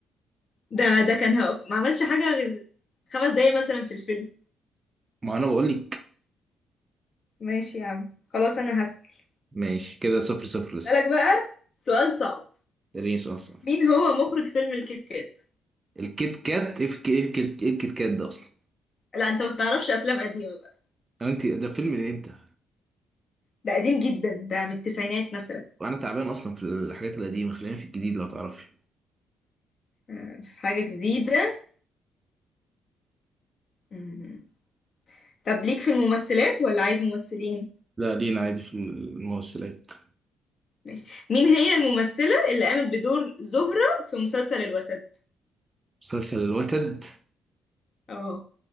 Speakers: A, on the left (about 50°); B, on the right (about 25°).
A: ده ده كان ه- ما عملش حاجة غير خمس دقايق مثلا في الفيلم
B: ما انا بقول لك
A: ماشي يا عم خلاص انا هسأل
B: ماشي كده صفر صفر
A: هسألك
B: لسه
A: بقى سؤال صعب
B: اديني سؤال صح
A: مين هو مخرج فيلم الكيت كات
B: الكيت كات ايه الك- إيه الك- إيه الكيت كات ده اصلا
A: لا انت ما بتعرفش افلام قديمة بقى
B: أو انت ده فيلم من امتى
A: ده قديم جدا ده من التسعينات مثلا
B: وانا تعبان اصلا في الحاجات القديمه خلينا في الجديد لو تعرفي
A: آه، في حاجة جديدة مم. طب ليك في الممثلات ولا عايز ممثلين
B: لا لينا عادي في الممثلات
A: ماشي مين هي الممثلة اللي قامت بدور زهرة في مسلسل الوتد
B: مسلسل الوتد
A: اه